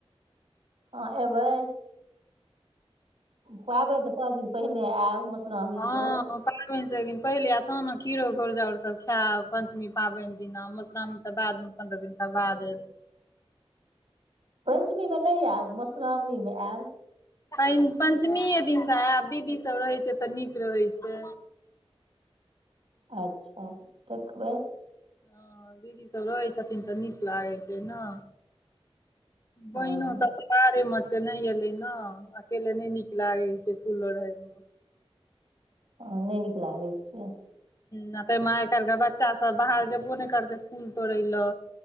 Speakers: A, on the right; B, on the left.
A: हँ एबै? पाबनि से पाँच दिन पहिने आयब मधुश्रावणी
B: हां।
A: से
B: पाबैन से एक दिन पहिले आएब तहन ने खीरो घौर जौर सब खाएब पंचमी पाबैन दिना मोश्रामणि तऽ बादमे पन्द्रह दिनका बाद
A: पेंचमी मे नै आएब, माेश्रामनी मे आएब।
B: पेन पंचमिये दिन से आएब, दीदी सब रहै छै तऽ नीक रहै छै।
A: अच्छा देखबै।
B: हां दीदी सब रहै छथिन तऽ नीक लागै छै ना।
A: हँ
B: बहिनो सब बाहरे मे छै ने एलै ना, अकेले नै नीक लागै छै फूललोढ़े में।
A: हं नै नीक लागै छै।
B: ह ताहिमे आइ काल्हिके बच्चा सब बाहर जेबो नहि करतै फूल तोड़य ले।